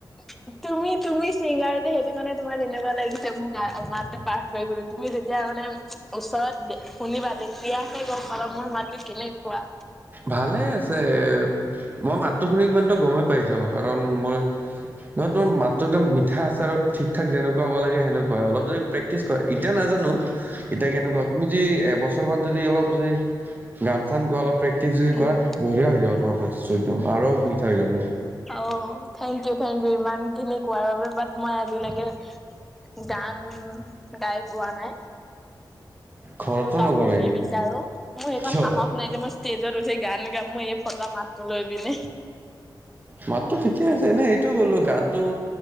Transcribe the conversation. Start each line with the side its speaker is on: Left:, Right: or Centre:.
Centre: <inaudible> তুমি তুমি ছিংগাৰ যে, সেইটো কাৰণে তোমাৰ তেনেকুৱা লাগিছে মোৰ গা মাতটো পাৰফেক্ট বুলি। তুমি যেতিয়া মানে ওচৰত দে শুনিবা। তেতিয়াহে গম পাবা মোৰ মাতটো কেনেকুৱা।
Right: ভালেই আছে মই মাততো শুনি ইমানতো গমেই পাই যাওঁ। কাৰণ মই নহয় তোমাৰ মাতটো একদম মিঠা আছে। আৰু ঠিক ঠাক যেনেকুৱা হ'ব লাগে, সেনেকুৱা অলপ যদি প্ৰেক্টিছ কৰে এতিয়া নাজানো, এতিয়া কেনেকুৱা, তুমি যদি এবছৰ মান যদি অলপ যদি গান চান গোৱা। অলপ প্ৰেক্টিছ যদি
Centre: উম
Right: কৰা বঢ়িয়া হৈ যাব। তোমাৰ ভইচটো একদম
Centre: উম
Right: আৰু
Centre: হয়।
Right: মিঠা হৈ যাব।
Centre: অ', থেংক ইউ, থেংক ইউ ইমান খিনি কোৱাৰ বাবে বাট মই আজিলৈকে গান গাই পোৱা নাই।
Right: ঘৰতো
Centre: আৰু গাবও
Right: নোগোৱা নেকি
Centre: নিবিচাৰোঁ। মোৰ সেইকণ
Right: কিয়?
Centre: সাহস নাই যে মই ষ্টেজত উঠি গান গাম। মই এই ফটা মাতটো লৈ পিনে।
Right: মাতটো ঠিকে আছে। এনে এইটো বোলো গানটো